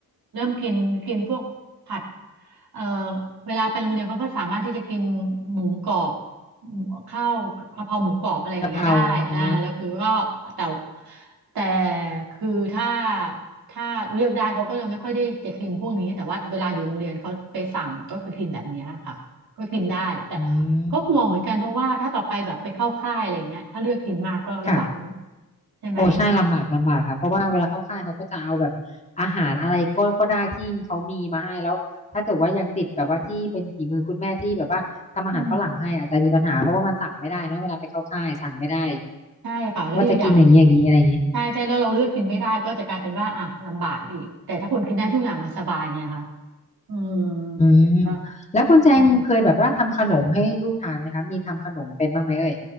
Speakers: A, on the right (about 70°); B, on the left (about 20°).
A: เริ่มกินกินพวกผัดเอ่อเวลาไปโรงเรียนเขาก็สามารถที่จะกินหมูกรอบหมูข้าวกะเพราหมูกรอบอะไรอย่างเงี้ยได้อ่าแล้วคือก็แต่
B: กะเพราอ๋อ
A: แต่คือถ้าถ้าเลือกได้เขาก็จะไม่ค่อยได้จะกินพวกนี้แต่ว่าเวลาอยู่โรงเรียนเขาไปสั่งก็คือกินแบบเนี้ยค่ะก็กินได้แต่
B: อื
A: ก็ห่วงเหมือนกันเพราะว่าถ้าต่อไปแบบไปเข้าค่ายอะไรอย่างเงี้ยถ้าเลือกกินมากก็ลำบากเนอะ
B: มค่ะ
A: ใช่ไหม
B: โอ้ใช่ลำบากลำบากค่ะเพราะว่าเวลาเข้าค่ายเขาก็จะเอาแบบอาหารอะไรก็ก็ได้ที่เขามีมาให้แล้วถ้าเกิดว่ายังติดแบบว่าที่เป็นฝีมือคุณแม่ที่แบบว่า
A: อืม
B: ฝรั่งให้อาจจะมีปัญหาเพราะว่ามันสั่งไม่ได้เนอะเวลาไปเข้าค่ายสั่งไม่ได้
A: ใช่ค่ะแล้วอีกอย่าง
B: ว่าจะกินอย่างนี้อย่างนี้อะไรอย่างนี้
A: ใช่ใช่แล้วเราเลือกกินไม่ได้ก็จะกลายเป็นว่าอ่ะลำบากอีกแต่ถ้าคุณกินได้ทุกอย่างมันสบายไงคะอืม
B: อืม
A: เดี๋ยวก็
B: แล้วคุณแจงเคยแบบว่าทำขนมให้ลูกทานไหมคะมีทำขนมเป็นบ้างไหมเอ่ย
A: อืม